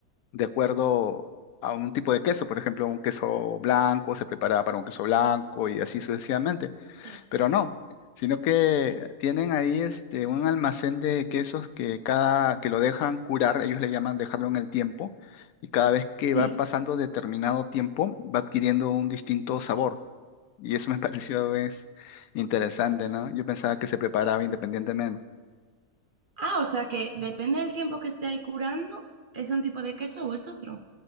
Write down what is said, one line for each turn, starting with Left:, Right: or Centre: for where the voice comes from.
Left: de acuerdo a un tipo de queso, por ejemplo, un queso blanco se preparaba para un queso blanco y así sucesivamente
Right: Sí.
Left: pero no, sino que tienen ahí este, un almacén de quesos que cada que lo dejan curar, ellos le llaman dejarlo en el tiempo, y cada vez que
Right: Sí.
Left: va pasando determinado tiempo va adquiriendo un distinto sabor. Y eso me <laughs> pareció es interesante, ¿no? Yo pensaba que se preparaba independientemente.
Right: Ah, o sea que depende del tiempo que esté ahí curando, ¿es un tipo de queso o es otro?